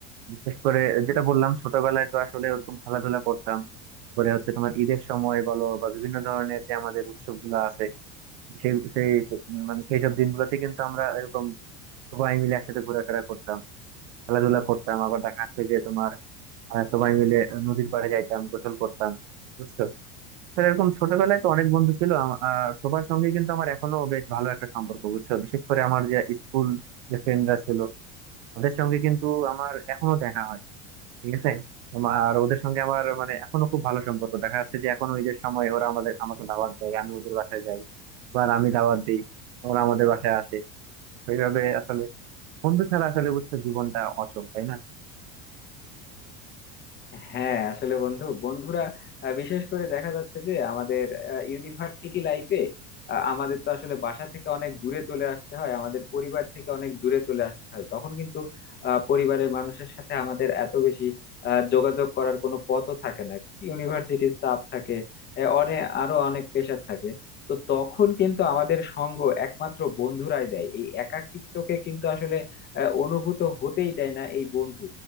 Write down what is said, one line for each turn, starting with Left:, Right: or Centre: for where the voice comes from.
Right: বিশেষ করে যেটা বললাম ছোটবেলায় তো আসলে ওরকম খেলাধুলা করতাম পরে হচ্ছে তোমার ঈদের সময় বলো বা বিভিন্ন ধরনের যে আমাদের উৎসবগুলো আছে সেই সেই সে- মানে সেই সব দিনগুলোতে কিন্তু আমরা এরকম সবাই মিলে একসাথে ঘোরাফেরা করতাম খেলাধুলা করতাম আবার দেখা যাচ্ছে যে তোমার আহ, সবাই মিলে আহ, নদীর পাড়ে যাইতাম গোসল করতাম বুঝছো আসলে এরকম ছোটবেলায় তো অনেক বন্ধু ছিল আম- আহ, সবার সঙ্গে কিন্তু আমার এখনো বেশ ভালো একটা সম্পর্ক বুঝছো বিশেষ করে আমার যে স্কুল যে ফ্রেন্ডরা ছিল ওদের সঙ্গে কিন্তু আমার এখনো দেখা হয় ঠিক আছে আমার- আর ওদের সঙ্গে আমার মানে এখনো খুব ভালো সম্পর্ক দেখা যাচ্ছে যে এখন ওই যে সময় ওরা আমাদের আমাকে দাওয়াত দেয় আমি ওদের বাসায় যাই বা আমি দাওয়াত দিই ওরা আমাদের বাসায় আসে ওইভাবে আসলে বন্ধু ছাড়া আসলে বুঝছো জীবনটা অচল তাই না
Left: হ্যাঁ আসলে বন্ধু বন্ধুরা আহ, বিশেষ করে দেখা যাচ্ছে যে আমাদের ইউনিভার্সিটি লাইফে আমাদের তো আসলে বাসা থেকে অনেক দূরে চলে আসতে হয় আমাদের পরিবার থেকে অনেক দূরে চলে আসতে হয় তখন কিন্তু আহ, পরিবারের মানুষের সাথে আমাদের এত বেশি আহ, যোগাযোগ করার কোনো পথও থাকে না ইউনিভার্সিটির চাপ থাকে অনেক আরো অনেক প্রেশার থাকে তো তখন কিন্তু আমাদের সঙ্গ একমাত্র বন্ধুরাই দেয় এই একাকিত্বকে কিন্তু আসলে আহ, অনুভূত হতেই দেয় না এই বন্ধু